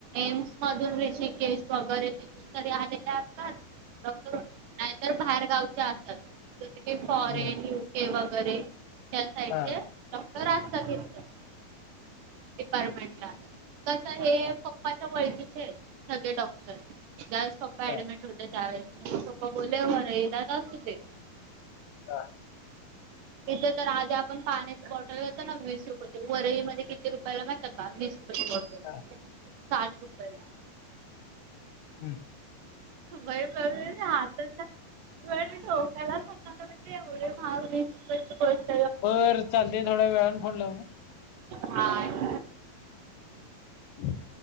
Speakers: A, on the right (about 70°); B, on the left (about 75°).
A: एम्स मधून वी शिके वगैरे तिथून तरी आलेल्या असतात. नाहीतर बाहेरगावच्या असत. फॉरेन
B: बर
A: यू केे वगैरे त्या साइडचे
B: हा
A: असतात. तर असत घेतल डिपार्टमेंट ला. कस हे
B: हा,
A: पप्पाच्या ओळखचे आहे सगळे डॉक्टरस पप्पा
B: बर
A: ऍडमिट होते त्यावेळे पप्पा बोलेवरर येलाच असू दे.
B: हा.
A: इथे तर आधी आपण पाण्याची बॉटल घेतो ना वीस रुपयाेची वरळीमध्ये किती रुपयाला माहते का? वीस रुपय ची बॉटल
B: हा,
A: साठ रुपय ला.
B: हम्.
A: वई ब आातता. डोक्याला होत लावला म्हणजे एवढे महाग वीस रुपयाेची गोष्ट
B: ब चालते थोड्या वेळने फोन लावू.
A: हा.
B: हम्.